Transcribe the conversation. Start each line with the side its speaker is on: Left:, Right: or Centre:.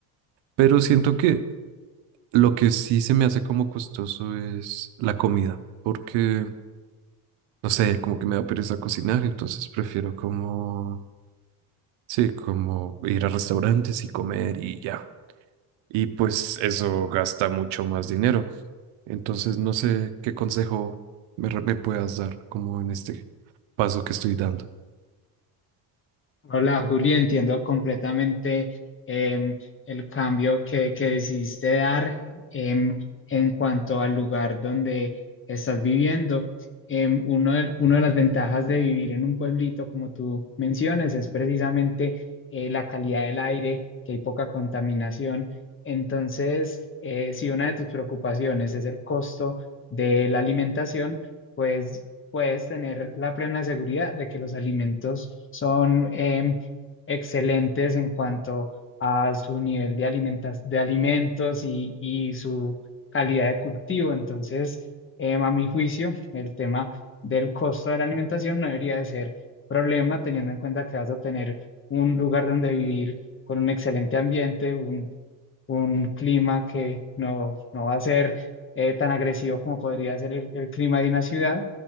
Right: pero siento que lo que sí se me hace como costoso es la comida, porque... no sé, como que me da pereza cocinar, entonces prefiero como, sí, como ir a restaurantes y comer y ya. Y pues eso gasta mucho más dinero. Entonces no sé qué consejo me, re- me puedas dar como en este paso que estoy dando.
Left: Hola, Julio, entiendo completamente em, el cambio que, que decidiste dar em, en cuanto al lugar donde estás viviendo. Em, uno de, una de las ventajas de vivir en un pueblito, como tú mencionas, es precisamente eh, la calidad del aire, que hay poca contaminación. Entonces, eh, si una de tus preocupaciones es el costo de la alimentación, pues puedes tener la plena seguridad de que los alimentos son em, excelentes en cuanto a su nivel de alimentas, de alimentos y, y su calidad de cultivo. Entonces, em, a mi juicio, el tema del costo de la alimentación no debería de ser problema, teniendo en cuenta que vas a tener un lugar donde vivir con un excelente ambiente, un clima que no, no va a ser eh, tan agresivo como podría ser el, el clima de una ciudad